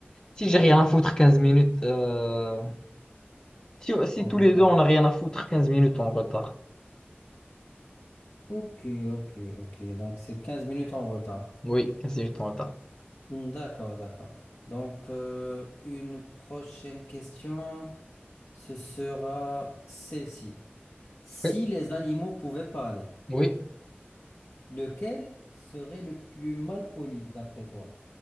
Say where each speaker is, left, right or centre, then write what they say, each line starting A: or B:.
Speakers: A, on the left; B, on the left.
A: si j'ai rien à foutre, 15 minutes. euh, si, si
B: En
A: tous
B: retard.
A: les deux, on a rien à foutre, 15 minutes en retard.
B: Ok, ok, ok. Donc c'est 15 minutes en retard.
A: Oui, quinze minutes en retard.
B: Hmm, D'accord, d'accord. Donc euh, une prochaine question, ce sera celle-ci. Si
A: Oui.
B: les animaux pouvaient parler,
A: Oui.
B: lequel serait le plus mal poli d'après toi?